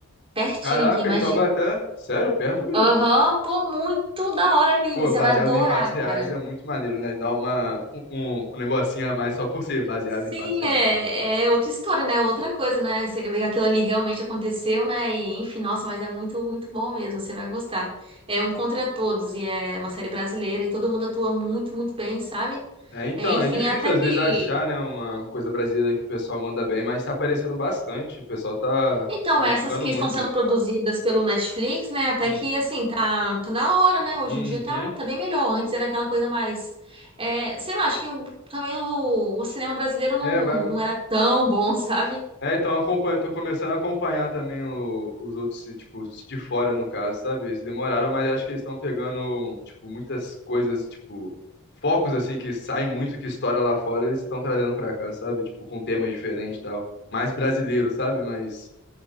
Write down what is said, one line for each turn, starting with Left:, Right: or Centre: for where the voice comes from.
Right: Pertinho
Left: Caraca,
Right: aqui, imagina.
Left: então Taubaté, sério, perto mesmo.
Right: Aham, pô, muito da hora, Vini,
Left: Pô,
Right: você
Left: baseado
Right: vai adorar,
Left: em fatos reais
Right: cara.
Left: é muito maneiro, né? Dá uma, um, um um negocinho a mais só por ser baseado
Right: Sim,
Left: em fatos reais,
Right: é,
Left: sabe?
Right: é outra história, né? Outra coisa, né? Você vê que aquilo ali realmente aconteceu, né? E enfim, nossa, mas é muito, muito bom mesmo. Você vai gostar. É um contra todos e é uma série brasileira e todo mundo atua muito, muito bem, sabe?
Left: É, então,
Right: É, enfim,
Left: é difícil
Right: até
Left: às
Right: que.
Left: vezes achar, né, uma coisa brasileira que o pessoal manda bem, mas tá aparecendo bastante. O pessoal tá
Right: Então,
Left: se dedicando
Right: essas que
Left: muito.
Right: estão sendo produzidas pelo Netflix, né? Até
Left: Hum.
Right: que, assim, tá, tá na hora, né? Hoje
Left: Uhum.
Right: em dia tá, tá bem melhor. Antes era aquela coisa mais. É, sei lá, acho que eu- também o, o cinema brasileiro não,
Left: É, vai.
Right: não era tão bom, <laughs> sabe?
Left: É, então eu acompanho, tô começando a acompanhar também o- os outros, tipo, os de fora no caso, sabe? Eles demoraram, mas acho que eles estão pegando, tipo, muitas coisas, tipo, focos assim que saem muito, que estoura lá fora, eles estão trazendo pra cá, sabe? Tipo, com temas diferentes e tal. Mais brasileiro, sabe? Mas